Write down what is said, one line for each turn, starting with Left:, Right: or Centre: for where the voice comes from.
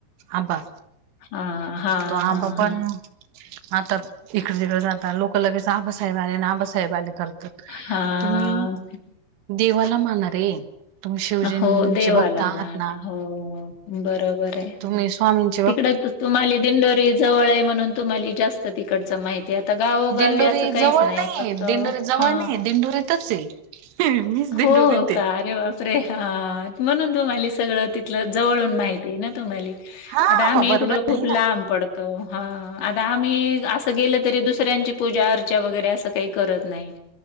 Right: आबा
Left: हां, हां,
Right: तो आबा
Left: हां,
Right: पण,
Left: हां,
Right: आता इकडे- तिकडे जात लोक लगेच आबासाहेब आले ना, आबासाहेब आले. करतात
Left: हां.
Right: तुम्ही देवाला माना रे... तुम्ही शिवजींचे
Left: हो देवाला
Right: भक्त आहात
Left: माना, हो बरोबर आहे.
Right: तुम्हीं स्वामींची
Left: तिकडं तुम्हांले दिंडोरी जवळ आहे म्हणून तुम्हांली जास्त त तिकडचं माहितीय आता गावोगावी
Right: दिंडोरी
Left: गावी असं काहीच
Right: जवळ
Left: नाही
Right: नाहीये
Left: फक्त
Right: दिंडोरी जवळ
Left: हा
Right: नाहीये दिंडोरीतच आहे मीच दिंडोरीत
Left: हो
Right: आहे.
Left: का अरे बापरे! हा. म्हणून तुम्हांले सगळं तिथलं जवळून माहती आहे ना तुम्हांले.
Right: हा
Left: आता आम्हीं
Right: मग बरोबर
Left: इकडून खूप
Right: आहे
Left: लांब
Right: ना
Left: पड तो हा आता आम्हीं असं गेलं तरी दुसऱ्यांची पूजा- अर्चा वगैरे असेल तर काही करत नाही